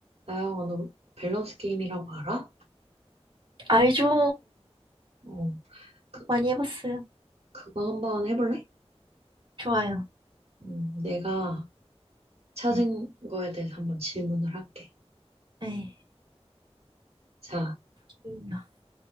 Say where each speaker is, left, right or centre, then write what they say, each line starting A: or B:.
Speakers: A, on the right; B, on the right.
A: 나영아, 너 밸런스 게임이라고 알아?
B: 알죠.
A: 어, 그,
B: 많이 해봤어요.
A: 그거 한번 해볼래?
B: 좋아요.
A: 음, 내가 찾은
B: 네.
A: 거에 대해서 한번 질문을 할게.
B: 네.
A: 자,
B: 기대된다.